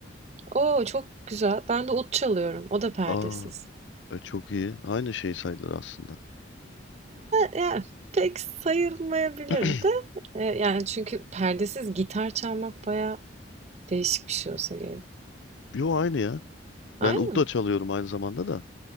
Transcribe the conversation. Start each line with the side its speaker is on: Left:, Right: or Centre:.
Right: Oo çok güzel. Ben de ut çalıyorum. O da perdesiz.
Left: Aa, e, çok iyi. Aynı şey sayılır aslında.
Right: E, Yani pek sayılmayabilir
Left: <clears throat>
Right: de. E, yani çünkü perdesiz gitar çalmak bayağı değişik bir şey olsa gerek.
Left: Yo aynı ya.
Right: Aynı
Left: Ben ud da çalıyorum aynı zamanda da.